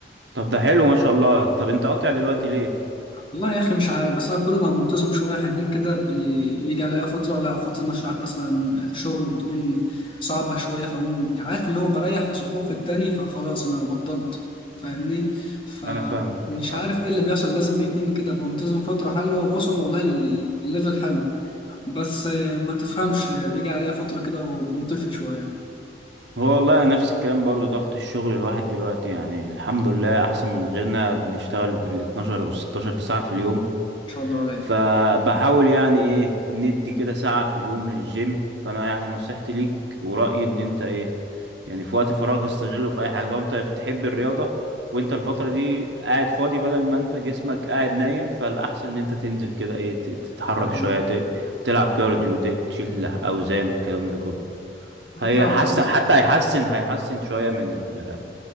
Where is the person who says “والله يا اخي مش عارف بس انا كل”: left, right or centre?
Left